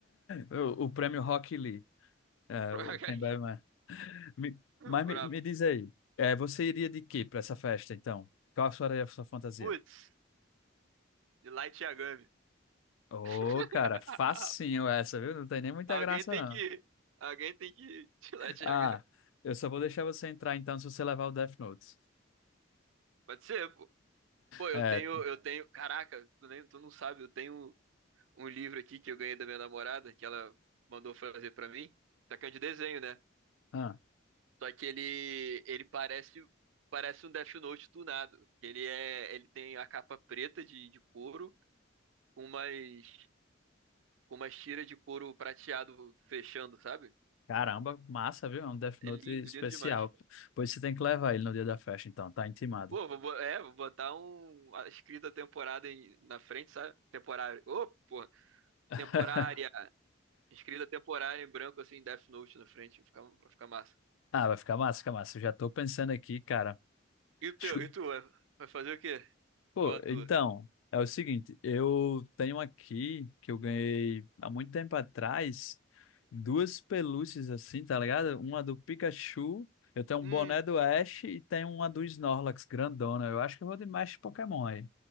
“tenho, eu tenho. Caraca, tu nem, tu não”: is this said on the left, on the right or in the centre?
Right